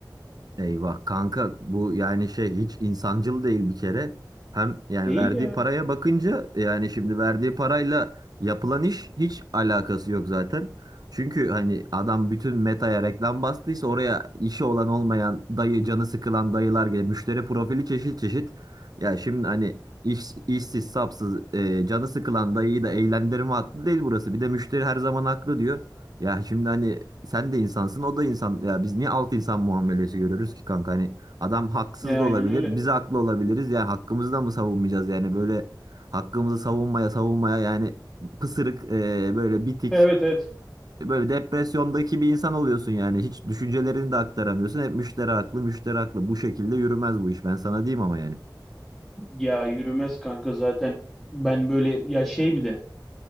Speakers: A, on the right; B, in the centre.
A: Eyvah kanka bu yani şey hiç insancıl değil bir kere. Hem yani
B: Değil
A: verdiği
B: ya.
A: paraya bakınca yani şimdi verdiği parayla yapılan iş hiç alakası yok zaten. Çünkü hani adam bütün Meta'ya reklam bastıysa oraya işi olan olmayan dayı canı sıkılan dayılar gelir. Müşteri profili çeşit çeşit. Ya şimdi hani iş, işsiz sapsız e, canı sıkılan dayıyı da eğlendirme hattı değil burası. Bir de müşteri her zaman haklı diyor. Ya şimdi hani sen de insansın o da insan. Ya biz niye alt insan muamelesi görüyoruz ki kanka? Hani adam haksız
B: Ya
A: da
B: aynen
A: olabilir.
B: öyle.
A: Biz haklı olabiliriz. Yani hakkımızı da mı savunmayacağız? Yani böyle hakkımızı savunmaya savunmaya yani pısırık e, böyle bitik
B: Evet evet.
A: böyle depresyondaki bir insan oluyorsun yani. Hiç düşüncelerini de aktaramıyorsun. Hep müşteri haklı müşteri haklı. Bu şekilde yürümez bu iş. Ben sana diyeyim ama yani.
B: Ya yürümez kanka zaten. Ben böyle ya şey bir de.